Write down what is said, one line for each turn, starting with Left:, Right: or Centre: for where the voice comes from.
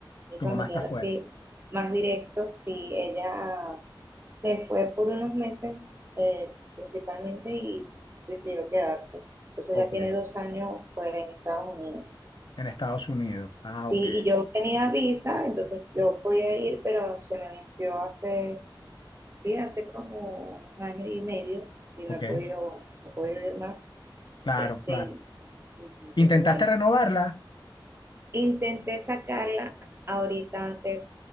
Right: mi
Left: Tu
Right: familiar
Left: mamá está fuera.
Right: así, más directo, sí, ella se fue por unos meses eh, principalmente y decidió quedarse. Entonces
Left: Ok.
Right: ya tiene dos años fuera en Estados Unidos.
Left: En Estados Unidos. Ah,
Right: Sí,
Left: ok.
Right: y yo tenía visa, entonces yo podía ir, pero se me venció hace, sí, hace como un año y medio y
Left: Ok.
Right: no he podido, no he podido ir más.
Left: Claro,
Right: Este,
Left: claro.
Right: ujú, entonces,
Left: ¿Intentaste
Right: bueno,
Left: renovarla?
Right: Intenté sacarla ahorita hace